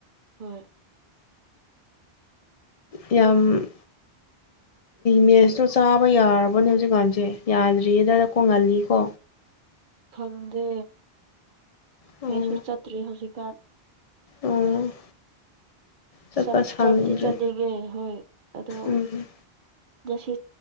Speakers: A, on the right; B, on the left.
A: ꯍꯣꯏ
B: ꯌꯥꯝ ꯃꯦꯁꯇꯣ ꯆꯥꯕ ꯌꯥꯔꯕꯅꯦ ꯍꯧꯖꯤꯛꯀꯥꯟꯁꯦ ꯌꯥꯗ꯭ꯔꯤꯌꯦꯗꯗ ꯀꯣꯡꯍꯜꯂꯤꯀꯣ
A: ꯈꯪꯗꯦ
B: ꯎꯝ
A: ꯑꯩꯁꯨ ꯆꯠꯇ꯭ꯔꯤ ꯍꯧꯖꯤꯛꯀꯥꯟ
B: ꯎꯝ ꯆꯠꯄ
A: ꯆꯠ
B: ꯁꯪꯗ꯭ꯔꯦ
A: ꯆꯕꯨꯗꯤ ꯆꯠꯅꯤꯡꯒꯦ ꯍꯣꯏ ꯑꯗꯣ
B: ꯎꯝ
A: ꯉꯁꯤ